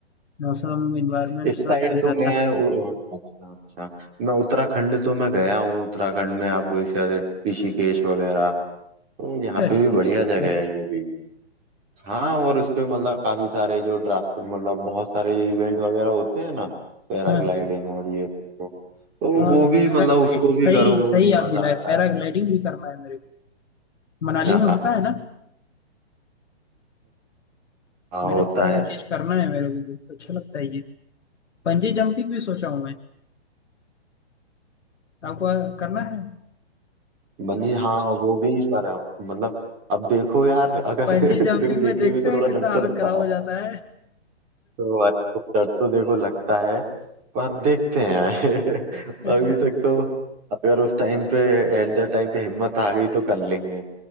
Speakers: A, on the left; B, on the right.
A: मौसम इन्वायरमेंट
B: इस
A: सब
B: साइड
A: सही रहता
B: तो मैं
A: है
B: उ- अच्छा अच्छा मैं उत्तराखंड तो मैं गया हूँ उत्तराखंड में आपको जैसे ऋषिकेश वगैरह तो यहाँ
A: अच्छा
B: पे
A: ऋषिकेश
B: भी बढ़िया
A: कब
B: जगह
A: गए
B: है
A: थे
B: ये
A: आप
B: भी हाँ और उस पे मतलब काफी सारे जो ड्राफ्ट मतलब बहुत सारे जो इवेंट वगैरह होते हैं ना पैराग्लाइडिंग
A: हाँ
B: और ये तो, तो
A: हाँ
B: वो
A: हाँ,
B: भी
A: पैराग्लाइडिंग
B: मतलब उसको भी
A: सही
B: करो वो
A: सही
B: भी
A: याद
B: मजा
A: दिलाए
B: आता
A: पैराग्लाइडिंग
B: है
A: भी करना है मेरे को मनाली
B: <laughs>
A: में होता है ना
B: हाँ
A: मेरे
B: होता
A: को वो
B: है
A: चीज करना है मेरे को बहुत अच्छा लगता है ये पंजी जंपिंग भी सोचा हूँ मैं आपको आ- करना है
B: बंजी हाँ वो भी पर मतलब अब देखो यार अगर
A: पंजी
B: <laughs>
A: जंपिंग
B: देखो देखने
A: में देखते
B: में तो
A: हैं
B: थोड़ा
A: कितना
B: डर तो
A: हालत
B: लगता
A: खराब
B: है
A: हो जाता
B: तो भाई वो डर तो देखो लगता है पर देखते हैं <laughs>
A: है
B: अभी तक तो अगर उस टाइम पे एट द टाइम पे हिम्मत आ गई तो कर लेंगे